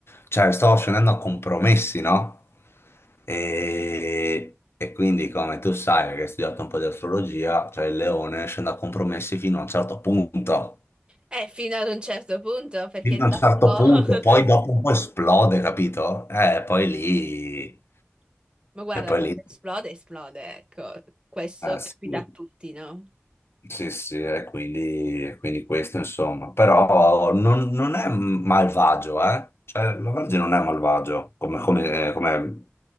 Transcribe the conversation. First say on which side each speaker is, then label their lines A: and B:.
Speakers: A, on the left (about 55°); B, on the right (about 20°).
A: Cioè sto scendendo a compromessi, no? E, e quindi, come tu sai, che hai studiato un po' di astrologia, cioè il leone scende a compromessi fino a un certo punto
B: Eh, fino ad un certo punto, perché
A: fino a
B: dopo...
A: un certo punto, poi dopo un po' esplode, capito? Eh, poi lì...
B: <laughs> Ma guarda,
A: E poi
B: quando
A: lì...
B: esplode, esplode, ecco. Questo
A: eh, sì.
B: capita a tutti, no?
A: Sì, sì, e quindi, e quindi questo insomma, però non, non è malvagio, eh? Cioè, la Vergine non è malvagio come, come- eh, come-